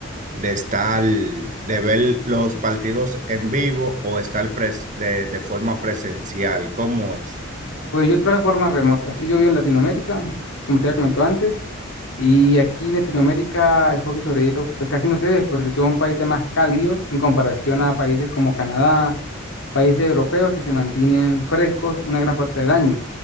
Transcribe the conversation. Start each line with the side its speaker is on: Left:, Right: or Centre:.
Right: de estar, de ver los partidos en vivo o estar pres- de, de forma presencial. ¿Cómo es?
Left: Pues yo trabajo de forma remota. Sí, yo vivo en Latinoamérica, como te había comentado antes, y aquí en Latinoamérica el hockey sobre hielo pues casi no se ve porque son países más cálidos en comparación a países como Canadá, países europeos que se mantienen frescos una gran parte del año.